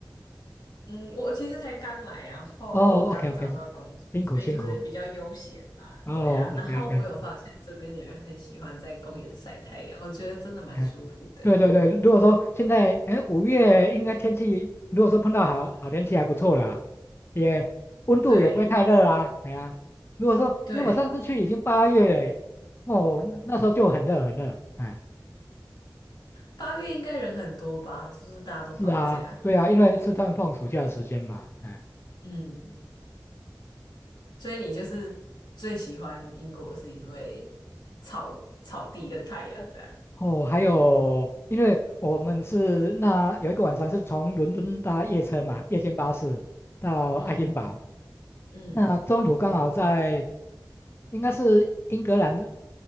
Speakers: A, on the left (about 75°); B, on the left (about 35°).
A: 嗯，我其实才刚来，然后刚找到工作，
B: 哦，OK OK，辛苦辛苦。
A: 所以就是比较悠闲啦，
B: 哦，OK
A: 对啊。然后我有发现这边的人很喜欢在公园晒太阳，
B: OK，
A: 我觉得真的蛮舒服的。
B: 哎，对对对，如果说现在哎五月应该天气，如果说碰到好好天气还不错啦，也温度也不会太热啊，
A: 对
B: 哎呀，如果说因为我上次去已经八月了，
A: 对，
B: 哦，那那时候就很热很热，哎，
A: 八月应该人很多吧，就是大家都放假。
B: 是啊，对啊，因为是在放暑假的时间嘛，哎。
A: 嗯，所以你就是最喜欢英国是因为草草地跟太阳这样。
B: 哦哦，还有，因为我们是那有一个晚上是从伦敦搭夜车嘛，夜间巴士到爱丁堡，
A: 嗯嗯
B: 那中途刚好在，应该是英格兰